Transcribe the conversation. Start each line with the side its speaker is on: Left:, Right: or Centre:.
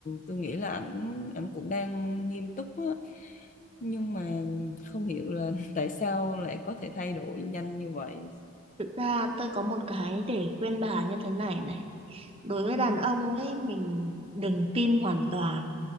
Left: tôi nghĩ là ảnh ảnh cũng đang nghiêm túc á nhưng mà không hiểu là <laughs> tại sao lại có thể thay đổi nhanh như vậy.
Right: Thực ra tôi có một cái để khuyên bà như thế này này. Đối với
Left: Ừ,
Right: đàn ông ấy, mình đừng tin hoàn toàn.